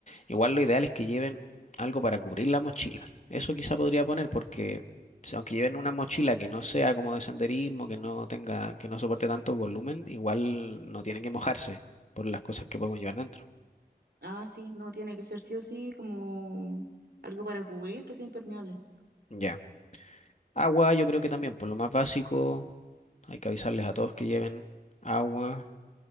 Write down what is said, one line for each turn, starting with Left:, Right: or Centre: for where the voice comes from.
Left: Igual lo ideal es que lleven algo para cubrir la mochila. Eso quizá podría poner porque si- aunque lleven una mochila que no sea como de senderismo, que no tenga, que no soporte tanto volumen, igual no tienen que mojarse por las cosas que podemos llevar dentro.
Right: Ah, sí, no, tiene que ser sí o sí como algo para cubrir que sea impermeable.
Left: Ya. Agua, yo creo que también, por lo más básico, hay que avisarles a todos que lleven agua.